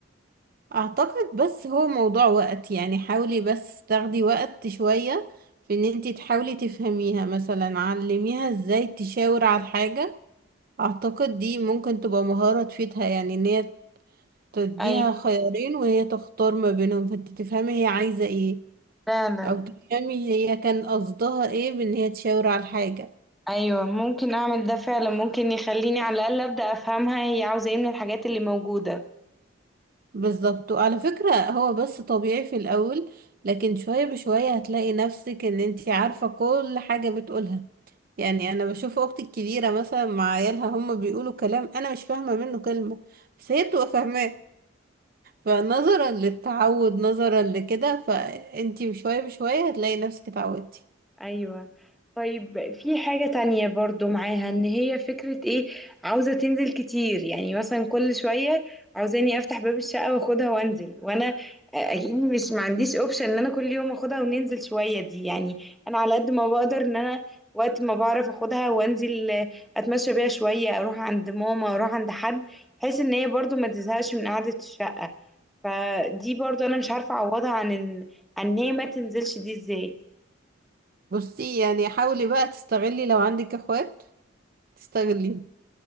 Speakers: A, on the right; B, in the centre.
A: اعتقد بس هو موضوع وقت يعني حاولي بس تاخدي وقت شوية في ان انتي تحاولي تفهميها مثلا علميها ازاي تشاور على الحاجة اعتقد دي ممكن تبقى مهارة تفيدها يعني ان هي تديها
B: ايوه
A: خيارين وهي تختار ما بينهم فانت تفهمي هي عايزة ايه
B: فعلا
A: او تفهمي هي كان قصدها ايه بان هي تشاور على الحاجة
B: ايوه ممكن اعمل ده فعلا ممكن يخليني على الاقل ابدا افهمها هي عاوزه ايه من الحاجات اللي موجوده
A: بالظبط وعلى فكرة هو بس طبيعي في الاول لكن شوية بشوية هتلاقي نفسك ان انت عارفة كل حاجة بتقولها يعني انا بشوف اختي الكبيرة مثلا مع عيالها هم بيقولوا كلام انا مش فاهمة منه كلمة بس هي بتبقى فاهماه فنظرا للتعود نظرا لكده فانتي شوية بشوية هتلاقي نفسك اتعودتي
B: ايوه طيب في حاجة تانية برضو معاها ان هي فكرة ايه عاوزة تنزل كتير يعني مثلا كل شوية عاوزاني افتح باب الشقة واخدها وانزل وانا اكيد مش ما عنديش اوبشن ان انا كل يوم اخدها وننزل شوية دي يعني انا على قد ما بقدر ان انا وقت ما بعرف اخدها وانزل آه، اتمشى بيها شوية اروح عند ماما اروح عند حد بحيث ان هي برضو ما تزهقش من قعدة الشقة فدي برضو انا مش عارفه اعوضها عن ال... عن ان هي ما تنزلش دي ازاي
A: بصي يعني حاولي بقى تستغلي لو عندك اخوات تستغليهم